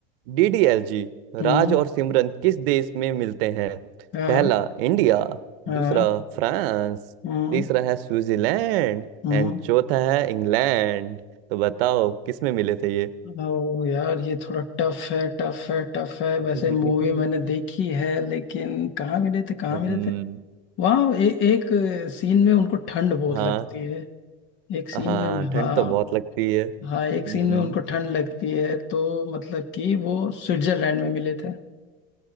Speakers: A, on the right (about 70°); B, on the left (about 40°).
A: डीडीएलजी राज
B: हम्म
A: और सिमरन किस देश में मिलते हैं
B: हाँ
A: पहला इंडिया
B: हाँ
A: दूसरा फ्रांस
B: हम्म
A: तीसरा है स्विट्जरलैंड
B: हम्म
A: एंड चौथा है इंग्लैंड तो बताओ किस में मिले थे ये
B: ओ यार ये थोड़ा टफ है टफ है टफ है वैसे
A: <laughs>
B: मूवी मैंने देखी है लेकिन कहाँ मिले थे कहाँ
A: हम्म
B: मिले थे वहाँ ए, एक सीन में उनको ठंड बहुत
A: हाँ
B: लगती है एक सीन
A: हाँ
B: में
A: ठंड
B: हाँ
A: तो बहुत लगती है
B: हाँ
A: हम्म
B: एक सीन में उनको ठंड लगती है तो मतलब कि वो स्विट्जरलैंड में मिले थे